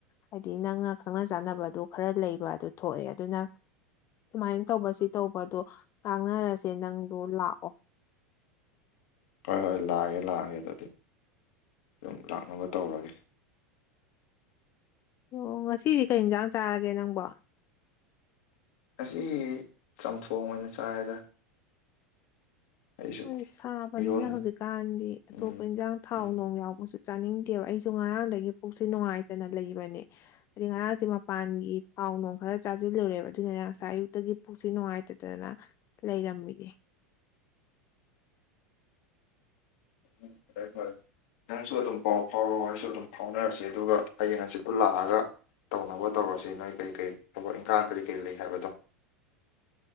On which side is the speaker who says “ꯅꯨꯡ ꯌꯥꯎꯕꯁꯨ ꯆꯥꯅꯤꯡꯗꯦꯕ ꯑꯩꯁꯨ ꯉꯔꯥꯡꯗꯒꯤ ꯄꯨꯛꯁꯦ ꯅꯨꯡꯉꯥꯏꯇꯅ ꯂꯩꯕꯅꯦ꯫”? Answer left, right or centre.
Left